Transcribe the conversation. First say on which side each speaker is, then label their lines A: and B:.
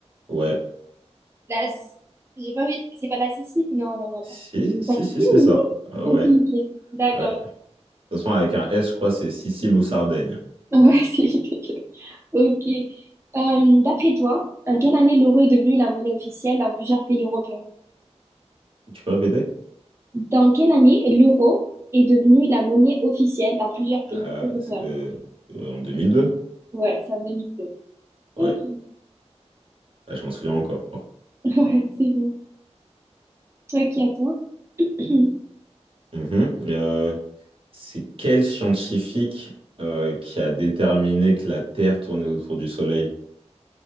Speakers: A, on the right; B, on the right.
A: Ouais.
B: La... S- J'ai pas envie. C'est pas la Sicile? Non, non, non,
A: Si,
B: attends.
A: si,
B: La Sicile,
A: si, c'est
B: oui.
A: ça. Euh,
B: Ok,
A: ouais.
B: ok. D'accord.
A: Ouais. De toute façon, avec un S, je crois, c'est Sicile ou Sardaigne.
B: Ouais, <laughs> c'est ridicule. Ok. Euh, d'après toi, en quelle année l'euro est devenu la monnaie officielle dans plusieurs pays européens?
A: Tu peux répéter?
B: Dans quelle année l'euro est devenu la monnaie officielle dans plusieurs pays
A: Euh,
B: européens?
A: c'est, euh, euh, en 2002?
B: Ouais, c'est en 2002. Ok,
A: Ouais. Ah, je m'en souviens encore.
B: <laughs> ouais, c'est bien. Ok, attends. <clears throat>
A: Mhm. Euh, c'est quel scientifique euh, qui a déterminé que la Terre tournait autour du Soleil?